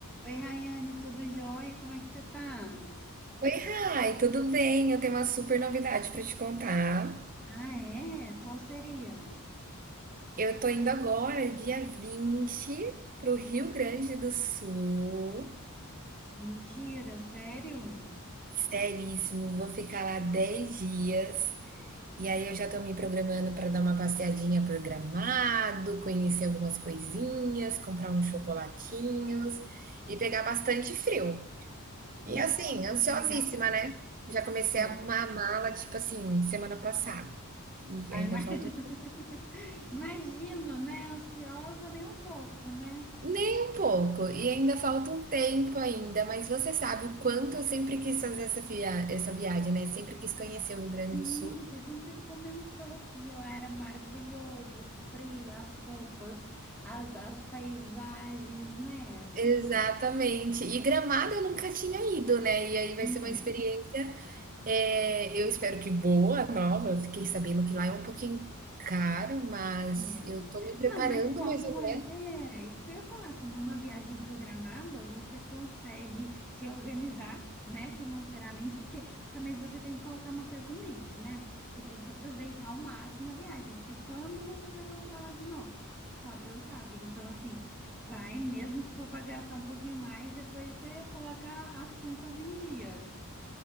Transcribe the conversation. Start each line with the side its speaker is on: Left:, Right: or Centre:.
Centre: Oi, Rayane, tudo jóia? Como é que você tá?
Right: Oi, Rai, tudo bem? Eu tenho uma super novidade para te contar.
Centre: Ah, é? Qual seria?
Right: Eu tô indo agora, dia 20, pro Rio Grande do Sul.
Centre: Mentira, sério?
Right: Seríssimo, vou ficar lá 10 dias. E aí eu já tô me programando para dar uma passeadinha por Gramado, conhecer algumas coisinhas, comprar uns chocolatinhos e pegar bastante frio.
Centre: Nossa,
Right: E assim, ansiosíssima,
Centre: que legal.
Right: né? Já comecei
Centre: É.
Right: a arrumar a mala, tipo assim, semana passada. E
Centre: Ai,
Right: ainda
Centre: mas...
Right: falta
Centre: <laughs>
Right: um
Centre: Imagino, né? Ansiosa nem um pouco, né?
Right: Nem um pouco, e ainda falta um tempo ainda, mas você sabe o quanto eu sempre quis fazer essa via essa viagem, né, sempre quis conhecer o Rio Grande
Centre: Sim,
Right: do Sul.
Centre: você sempre comentou que lá era maravilhoso, o frio, as roupas, as, as paisagens, né?
Right: Exatamente. E Gramado eu nunca tinha ido, né, e aí vai
Centre: Hum.
Right: ser uma experiência, eh, eu espero que boa, nova, eu fiquei sabendo que lá é um pouquinho caro, mas
Centre: É.
Right: eu tô me preparando
Centre: Não, mas como
Right: mais ou
Centre: é,
Right: menos.
Centre: é isso que eu ia falar, como é uma viagem programada, você consegue se organizar, né, financeiramente, porque também você tem que colocar uma coisa em mente, né? Você tem que aproveitar ao máximo a viagem, porque quando você vai voltar lá de novo? Só Deus sabe. Então, assim, vai, mesmo que for para gastar um pouquinho mais, depois você coloca as contas em dia.